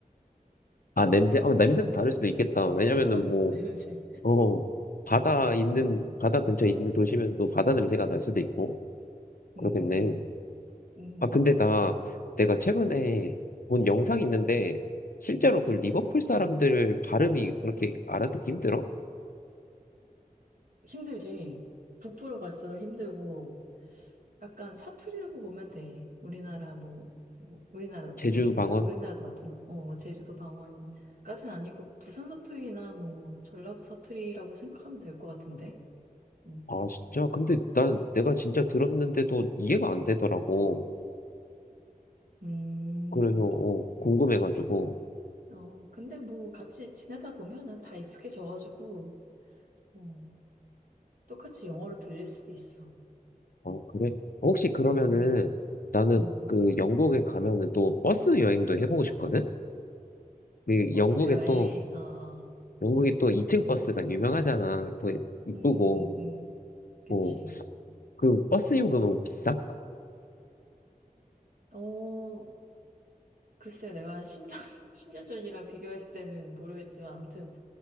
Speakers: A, on the left; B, on the right.
A: 아 냄새, 아 냄새도 다를 수도 있겠다. 왜냐면은
B: <laughs>
A: 뭐,
B: 냄새.
A: 어 바다 있는 바다 근처에 있는 도시면 또 바다 냄새가 날 수도 있고 그렇겠네.
B: 음, 음, 음. 음.
A: 아 근데 나 내가 최근에 본 영상이 있는데 실제로 그 리버풀 사람들 발음이 그렇게 알아듣기 힘들어?
B: 힘들지. 북부로 갈수록 힘들고, 약간 사투리라고 보면 돼. 우리나라 뭐, 뭐 우리나라
A: 제주
B: 우리들
A: 방언?
B: 우리나라도 마찬 어 제주도 방언까지는 아니고 부산 사투리나 뭐 전라도 사투리라고 생각하면 될 것 같은데. 음.
A: 아, 진짜? 근데 난 내가 진짜 들었는데도 이해가 안 되더라고.
B: 음.
A: 그래서, 어, 궁금해가지고.
B: 어 근데 뭐 같이 지내다 보면은 다 익숙해져가지고 뭐 똑같이 영어로 들릴 수도 있어.
A: 어, 그래? 혹시 그러면은
B: 어.
A: 나는
B: 음.
A: 그 영국에 가면은 또 버스 여행도 해보고 싶거든? 그
B: 버스
A: 영국에
B: 여행.
A: 또,
B: 어 어.
A: 영국이 또 2층 버스가 유명하잖아. 또 이쁘고.
B: 음 음, 음. 그치.
A: 뭐, 그 버스 요금은 비싸?
B: 어, 글쎄, 내가 한 10년, <laughs> 십 년 전이랑 비교했을 때는 모르겠지만, 아무튼,